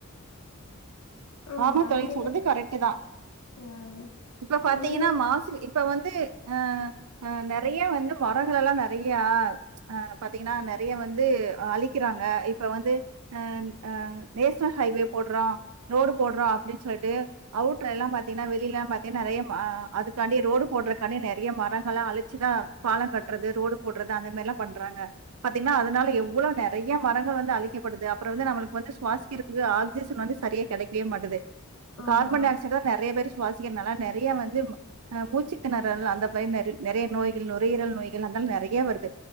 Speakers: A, on the left; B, on the right.
A: ஆமாமா
B: ஆமா தோழி
A: நீங்க
B: சொல்றது
A: என்ன
B: கரெக்டு தா
A: ம்
B: இப்ப பாத்தீங்கன்னா
A: நீங்க
B: மாசு இப்ப வந்து ஆ நறைய வந்து மரங்களல்லாம் நறைய அ பாத்தீங்கன்னா நறைய வந்து அழிக்கிறாங்க இப்ப வந்து அ அ நேஷனல் ஹைவே போட்ரோ ரோடு போட்ரோ அப்டின்னு சொல்லிட்டு அவுட்ல எல்லாம் பாத்தீங்கன்னா வெளிலல்லாம் பாத்தீன்னா நறைய அதுக்காண்டி ரோடு போடுறக்காண்டி நறைய மரங்களாம் அழிச்சுதா பாலோ கட்றது ரோடு போட்றது அந்த மாரில்லா பண்றாங்க பாத்தீங்கன்னா அதனால எவ்வளோ நெறையா மரங்கள் வந்து அழிக்கப்படுது அப்பறோ வந்து நம்மளுக்கு வந்து சுவாசிக்குறதுக்கு ஆக்சிஜன் வந்து சரியே கெடைக்கவே மாட்டது
A: ஆமா
B: கார்பன் டை ஆக்சைடு தா நெறைய பேரு சுவாசிக்குறனால நெறையா வந்து ஆ மூச்சுத்திணறல் அந்த மாரி நெறைய நெறையா நோய்கள் நுரையீரல் நோய்கள் அதெல்லா நெறைய வருது